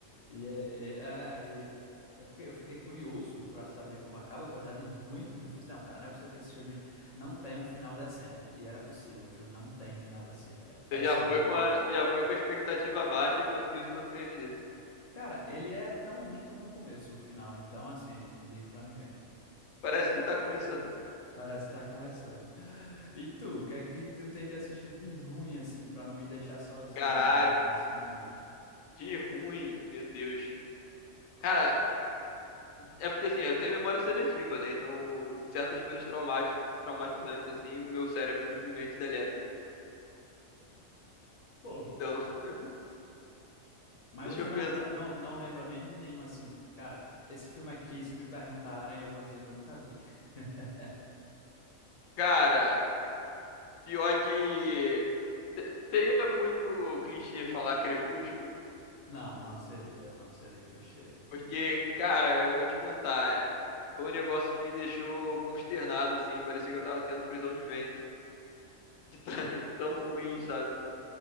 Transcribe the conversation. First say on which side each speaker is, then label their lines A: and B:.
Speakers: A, on the left; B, on the left.
A: e é, é, é, e eu, que- eu fiquei curioso pra saber como acaba, apesar de ruim que eu fiz. Não, cara, não é possível que esse filme não tenha um final decente. E era possível, o filme não tem um final decente. É péssimo.
B: Você já foi
A: E,
B: com a, você já foi com a expectativa baixa e conseguiu se surpreender.
A: cara, ele é tão ruim quanto o começo, o final. Então, assim, não digo pra ninguém.
B: Parece que tá começando.
A: Parece que tá começando. E tu, o que é que tu tem de assistido de ruim, assim, pra não me deixar sozinho,
B: Caraca,
A: né, eh, nesse mundo?
B: de ruim, meu Deus. Cara, é porque assim, eu tenho memória seletiva, né? Então, certas coisas traumáticas, traumatizantes, assim, o meu cérebro simplesmente deleta.
A: Pô,
B: Então, <laughs>
A: Mas
B: deixa
A: você
B: eu
A: não,
B: pensar.
A: não, não, não lembra nem de nenhum, assim. Cara, esse filme aqui, se me perguntarem, eu vou dizer que eu nunca vi. <laughs>
B: Cara, pior que. se- Seria muito clichê falar Crepúsculo,
A: Não, não seria, não seria clichê.
B: porque, cara, eu vou te contar. Foi um negócio que me deixou consternado, assim. Parecia que eu tava tendo prisão de ventre. De tão, <laughs> de tão ruim, sabe?